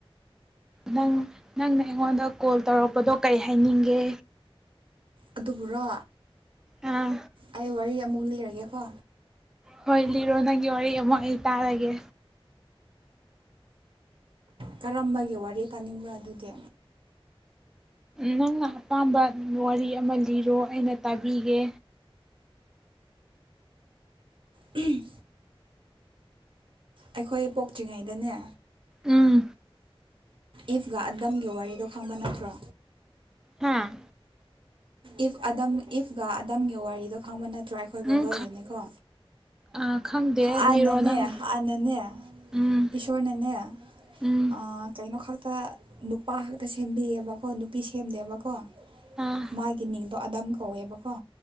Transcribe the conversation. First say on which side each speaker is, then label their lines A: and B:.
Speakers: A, in the centre; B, on the right (about 60°).
A: ꯅꯪ ꯅꯪꯅ ꯑꯩꯉꯣꯟꯗ ꯀꯣꯜ ꯇꯧꯔꯛꯄꯗꯣ ꯀꯩ ꯍꯥꯏꯅꯤꯡꯒꯦ
B: ꯑꯗꯨꯕꯨꯔꯣ
A: ꯑꯥ
B: ꯑꯩ ꯋꯥꯔꯤ ꯑꯃꯨꯛ ꯂꯤ꯫ ꯂꯤꯔꯒꯦꯀꯣ
A: ꯍꯣꯏ ꯂꯤꯔꯣ ꯅꯪꯒꯤ ꯋꯥꯔꯤ ꯑꯃꯨꯛ ꯑꯩ ꯇꯔꯒꯦ꯫
B: ꯀꯔꯝꯕꯒꯤ ꯋꯥꯔꯤ ꯇꯥꯅꯤꯡꯕ ꯑꯗꯨꯗꯤ꯫
A: ꯅꯪꯅ ꯑꯄꯥꯝꯕ ꯋꯥꯔꯤ ꯑꯃ ꯂꯤꯔꯣ ꯑꯩꯅ ꯇꯥꯕꯤꯒꯦ꯫
B: ꯎꯝ ꯑꯩꯈꯣꯏ ꯄꯣꯛꯇ꯭ꯔꯤꯉꯩꯗꯅꯦ
A: ꯎꯝ
B: ꯏꯐꯒ ꯑꯗꯝꯒꯤ ꯋꯥꯔꯤꯗꯣ ꯈꯪꯕ ꯅꯠꯇ꯭ꯔꯣ꯫
A: ꯍꯥꯥ
B: ꯏꯐ ꯑꯗꯝ ꯏꯐꯒ ꯑꯗꯝꯒꯤ ꯋꯥꯔꯤꯗꯣ ꯈꯪꯕ ꯅꯠ ꯇ꯭ꯔꯥ ꯑꯩꯈꯣꯏ ꯕꫭꯏꯕꯜꯒꯤꯅꯤꯀꯣ
A: ꯎꯝ ꯑꯥ ꯈꯪꯗꯦ
B: ꯍꯥꯟꯅꯅꯦ
A: ꯂꯤꯔꯣ ꯅꯪ
B: ꯍꯥꯟꯅꯅꯦ
A: ꯎꯝ
B: ꯏꯁꯣꯔꯅꯅꯦ
A: ꯎꯝ
B: ꯑ ꯀꯩꯅꯣ ꯈꯛꯇ ꯅꯨꯄꯥ ꯈꯛꯇ ꯁꯦꯝꯕꯤꯌꯦꯕꯀꯣ ꯅꯨꯄꯤ ꯁꯦꯝꯅꯦꯕꯀꯣ
A: ꯑꯥ
B: ꯃꯥꯒꯤ ꯃꯤꯡꯗꯣ ꯑꯗꯝ ꯀꯧꯋꯦꯕꯀꯣ꯫